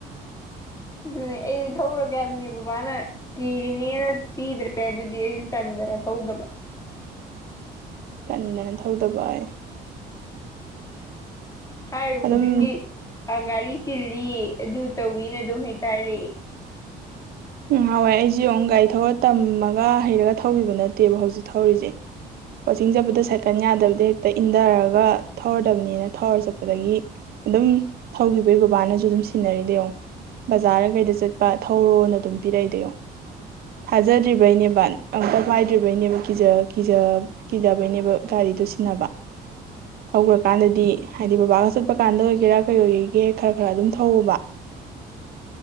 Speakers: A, on the left; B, on the right.
A: ꯑꯗꯨ ꯑꯩꯗꯤ ꯊꯧꯔꯣꯒ꯭ꯕꯅꯤꯕꯕꯥꯅ ꯀꯤꯔꯤꯅꯦꯅ ꯄꯤꯗ꯭ꯔꯦ ꯑꯗꯨꯗꯤ ꯑꯩꯁꯨ ꯇꯟꯗꯅ ꯊꯧꯗꯕ
B: ꯇꯟꯗꯅ ꯊꯧꯗꯕ ꯑꯣꯏ
A: ꯍꯥꯏꯔꯨ
B: ꯑꯗꯨꯝ
A: ꯈꯨꯗꯤꯡꯗꯤ ꯒꯥꯔꯤ ꯆꯤꯜꯂꯤ ꯑꯗꯨ ꯇꯧꯋꯤꯅ ꯑꯗꯨꯝ ꯍꯦꯛꯛꯇꯔꯛꯑꯦ
B: ꯎꯝꯍꯥꯟꯋꯥꯏ ꯑꯩꯁꯦ ꯑꯃꯉꯛ ꯒꯥꯔꯤ ꯊꯧꯔ ꯇꯝꯃꯒ ꯍꯩꯔꯒ ꯊꯧꯈꯤꯕ ꯅꯠꯇꯦꯕ ꯍꯧꯖꯤꯛ ꯊꯧꯔꯤꯁꯦ ꯀꯣꯆꯤꯡ ꯆꯠꯄꯗ ꯁꯥꯏꯀꯜ ꯌꯥꯗꯕꯗ ꯍꯦꯛꯇ ꯏꯟꯊꯔꯒ ꯊꯧꯔꯗꯕꯅꯤꯅ ꯊꯧꯔ ꯆꯠꯄꯗꯒꯤ ꯑꯗꯨꯝ ꯊꯧꯈꯤꯕꯒꯤ ꯕꯕꯥꯅꯁꯨ ꯑꯗꯨꯝ ꯁꯤꯟꯅꯔꯤ ꯌꯦꯡꯉ ꯕꯖꯥꯔ ꯀꯩꯗ ꯆꯠꯄ ꯊꯧꯔꯣꯅ ꯑꯗꯨꯝ ꯄꯤꯔꯛꯏꯗꯣ ꯊꯥꯖꯗ꯭ꯔꯤꯕꯩꯅꯦꯕ ꯑꯨꯇ ꯄꯥꯏꯗ꯭ꯔꯤꯕꯩꯅꯦꯕ ꯀꯤꯖ ꯀꯤꯖ ꯀꯤꯖꯕꯩꯅꯦꯕ ꯒꯥꯔꯤꯗꯨꯣ ꯁꯤꯟꯅꯕ ꯊꯧꯈ꯭ꯔꯀꯥꯟꯗꯗꯤ ꯍꯥꯏꯗꯤ ꯍꯥꯏꯗꯤ ꯕꯕꯥꯒ ꯆꯠꯄ ꯀꯥꯟꯗ ꯑꯣꯏꯒꯦꯔꯥ ꯀꯩ ꯑꯣꯏꯒꯒꯦ ꯈꯔ ꯈꯔ ꯑꯗꯨꯝ ꯊꯧꯕ